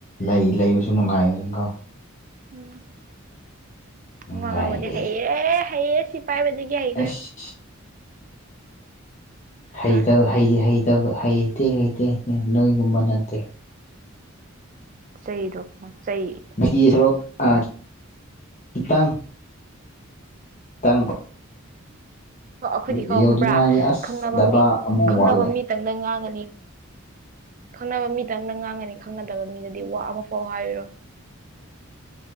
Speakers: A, on the left (about 35°); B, on the right (about 40°).
A: ꯂꯩ ꯂꯩꯕꯁꯨ ꯅꯨꯡꯉꯥꯏꯅꯤꯀꯣ
B: ꯎꯝ
A: ꯅꯨꯡꯉꯥꯏꯔꯦ
B: ꯋꯥ ꯉꯥꯡꯕꯗꯤ ꯍꯩꯔꯦ ꯍꯩꯌꯦ ꯁꯤ ꯄꯥꯏꯕꯗꯒꯤ ꯍꯩꯈ꯭ꯔꯦ
A: ꯑꯁ ꯍꯩꯇꯕ
B: ꯍꯝ
A: ꯍꯩ ꯍꯩꯇꯕ ꯍꯩꯗꯤ ꯍꯩꯇꯦ ꯍꯇ ꯅꯣꯏꯒꯨꯝꯕ ꯅꯠꯇꯦ
B: ꯆꯩꯗꯣ <inaudible> ꯆꯩ
A: <inaudible> <unintelligible> ꯑꯥ ꯈꯤꯇꯪ ꯇꯪ
B: ꯍꯣ ꯑꯩꯈꯣꯏꯗꯤ ꯈꯪꯕ꯭ꯔꯥ
A: ꯌꯧꯅꯤꯡꯉꯥꯏꯗꯤ ꯑꯁ
B: ꯈꯪꯅꯕ
A: ꯗꯕꯥ
B: ꯃꯤ
A: ꯑꯃꯨꯛ
B: ꯈꯪꯅꯕ
A: ꯋꯥꯠꯂꯦ
B: ꯃꯤꯇꯪꯅ ꯉꯥꯡꯉꯥꯅꯤ ꯈꯪꯅꯕ ꯃꯤꯗꯪꯗꯥ ꯉꯥꯡꯉꯥꯅꯤ ꯈꯪꯅꯗꯕ ꯃꯤꯗꯗꯤ ꯋꯥ ꯑꯃꯐꯥꯎ ꯍꯥꯏꯔꯥꯔꯣ